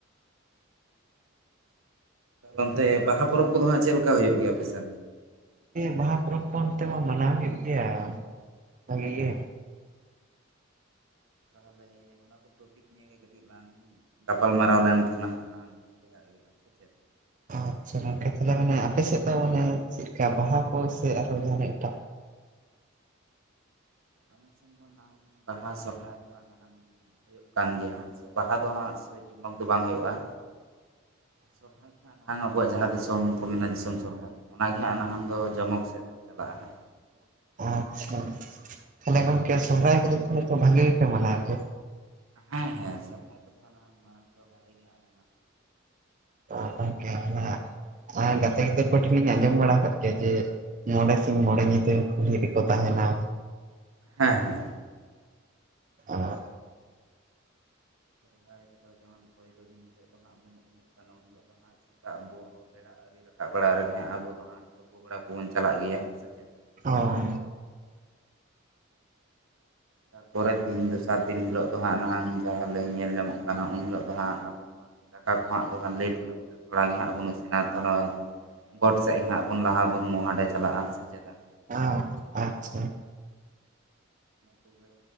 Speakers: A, on the right; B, on the right.
A: ᱚᱱᱛᱮ
B: ᱜᱮ
A: ᱵᱟᱦᱟ ᱯᱚᱨᱚᱵᱽ ᱠᱚᱫᱚ ᱦᱟᱸᱜ ᱪᱮᱫ ᱞᱮᱠᱟ ᱦᱩᱭᱩᱜ ᱜᱮᱭᱟ ᱟᱯᱮ ᱥᱮᱱ
B: ᱵᱟᱦᱟ ᱯᱚᱨᱚᱵᱽ ᱠᱚ ᱚᱱᱛᱮ ᱢᱟ ᱢᱟᱱᱟᱣ ᱦᱩᱭᱩᱜ ᱜᱮᱭᱟ ᱵᱷᱟᱜᱤ ᱜᱮ
A: ᱛᱟᱦᱚᱞᱮ ᱚᱱᱟᱠᱚ ᱴᱚᱯᱤᱠ ᱱᱤᱭᱮ ᱠᱟᱹᱴᱤᱡ ᱞᱟᱝ ᱜᱟᱯᱟᱞ ᱢᱟᱨᱟᱣ ᱞᱮᱱᱠᱷᱟᱱ ᱦᱟᱜ ᱱᱟᱝ ᱴᱷᱤᱠᱼᱟ ᱦᱩᱭᱩᱜᱼᱟ ᱛᱚ ᱪᱮᱫ
B: ᱟᱪᱪᱷᱟ ᱜᱚᱢᱠᱮ ᱛᱟᱦᱚᱞᱮ ᱢᱟᱱᱮ ᱟᱯᱮᱥᱮᱫ ᱫᱚ ᱢᱟᱱᱮ ᱪᱮᱫᱠᱟ ᱵᱟᱦᱟ ᱠᱚ ᱥᱮ ᱟᱨᱦᱚ ᱡᱟᱦᱟᱱᱟᱜ ᱮᱴᱟᱜ
A: ᱟᱞᱮ ᱥᱮᱱ ᱫᱚ ᱱᱟ ᱵᱟᱦᱟ ᱥᱚᱨᱦᱟᱭ ᱫᱚ ᱦᱟᱸᱜ ᱱᱟ ᱦᱩᱭᱩᱜ ᱠᱟᱱ ᱜᱮᱭᱟ ᱦᱟᱸᱜ ᱵᱟᱦᱟ ᱫᱚ ᱦᱟᱸᱜ ᱥᱮᱭ ᱡᱚᱢᱚᱠ ᱫᱚ ᱵᱟᱝ ᱦᱩᱭᱩᱜᱼᱟ᱾ ᱥᱚᱨᱦᱟᱭ ᱠᱷᱚᱱᱟᱜ ᱱᱟᱦᱟᱜ ᱟᱵᱚᱣᱟᱜ ᱡᱟᱦᱟᱸ ᱫᱤᱥᱚᱢ ᱠᱚ ᱢᱮᱱᱟ ᱫᱤᱥᱚᱢ ᱥᱚᱨᱚᱦᱟᱭ ᱚᱱᱟᱜᱮ ᱦᱟᱸᱜ ᱱᱟᱦᱟᱜ ᱫᱚ ᱡᱚᱢᱚᱠ ᱥᱮᱫ ᱫᱚ ᱪᱟᱞᱟᱜ-ᱟ᱾ ᱦᱟᱸᱜ
B: ᱟᱪᱪᱷᱟ ᱛᱟᱦᱚᱞᱮ ᱜᱚᱝᱠᱮ ᱥᱚᱨᱦᱟᱭ ᱠᱚᱫᱚ ᱵᱷᱟᱜᱤ ᱜᱮᱯᱮ ᱢᱟᱱᱟᱣᱟ
A: ᱦᱮᱸ ᱦᱮᱸ ᱥᱚᱨᱦᱟᱭ ᱠᱚᱫᱚ ᱦᱟᱱᱟᱝ ᱢᱟᱲᱟᱝ ᱫᱚ ᱵᱟᱞᱮ ᱜᱮ ᱦᱟᱜ
B: ᱛᱚ ᱜᱚᱢᱠᱮ ᱚᱱᱟ ᱜᱟᱛᱮ ᱜᱤᱫᱟᱹᱨ ᱠᱚ ᱴᱷᱮᱱ ᱤᱧ ᱟᱸᱡᱚᱢ ᱵᱟᱲᱟ ᱠᱟᱜ ᱜᱮᱭᱟ ᱡᱮ ᱢᱚᱬᱮ ᱥᱤᱧ ᱢᱚᱬᱮ ᱧᱤᱫᱟᱹ ᱠᱩᱞᱦᱤ ᱨᱮᱠᱚ ᱛᱟᱦᱮᱱᱟ
A: ᱦᱮᱸ ᱦᱮᱸ
B: ᱟᱨ
A: ᱥᱚᱨᱦᱟᱭ ᱨᱮᱫᱚ ᱡᱮᱢᱚᱱ ᱯᱳᱭᱞᱳ ᱫᱤᱱ ᱦᱤᱞᱳᱜ ᱫᱚ ᱦᱟᱸᱜ ᱵᱚᱱ ᱩᱢᱩᱜ ᱠᱟᱱᱟ ᱩᱱ ᱦᱤᱞᱳᱜ ᱫᱚ ᱦᱟᱸᱜ ᱥᱮᱛᱟᱜᱵᱚ ᱵᱮᱲᱟ ᱟᱹᱮ ᱥᱮᱛᱟᱜ ᱵᱟᱲᱟ ᱨᱮᱜᱮ ᱦᱟᱸᱜ ᱟᱵᱚ ᱫᱚ ᱦᱟᱸᱜ ᱛᱩᱯᱩ ᱵᱟᱲᱟ ᱠᱚᱵᱚᱱ ᱪᱟᱞᱟᱜ ᱜᱮᱭᱟ ᱥᱮ ᱪᱮᱫ
B: ᱚ
A: ᱛᱟᱨᱯᱚᱨᱮᱨᱮᱨ ᱫᱤᱱ ᱫᱚᱥᱟᱨ ᱫᱤᱱ ᱦᱤᱞᱳᱜ ᱫᱚ ᱦᱟᱜ ᱡᱟᱦᱟᱸ ᱞᱟᱹᱭ ᱧᱮᱞ ᱧᱟᱢᱚᱜ ᱠᱟᱱᱟ ᱩᱱ ᱦᱤᱞᱳᱜ ᱫᱚ ᱦᱟᱸᱜ ᱟᱵᱚ ᱫᱚ ᱫᱟᱠᱟ ᱠᱚᱦᱟᱸᱜ ᱫᱚᱠᱷᱟᱱ ᱞᱮᱹᱴ ᱧᱚᱜ ᱠᱟ ᱠᱟᱛᱮ ᱛᱷᱚᱲᱟ ᱜᱮ ᱦᱟᱸᱜ ᱵᱚᱱ ᱤᱥᱤᱱᱟ ᱛᱟᱦᱚᱞᱮ ᱾ ᱜᱚᱴ ᱥᱮᱫ ᱜᱮ ᱦᱟᱸᱜ ᱵᱚᱱ ᱞᱟᱦᱟ ᱟᱵᱚᱱ ᱢᱚᱦᱟᱸᱰᱮ ᱪᱟᱞᱟᱜᱼᱟ ᱥᱮ ᱪᱮᱫᱟᱜ
B: ᱟᱣ ᱟᱪᱪᱷᱟ
A: ᱛᱚᱵᱮ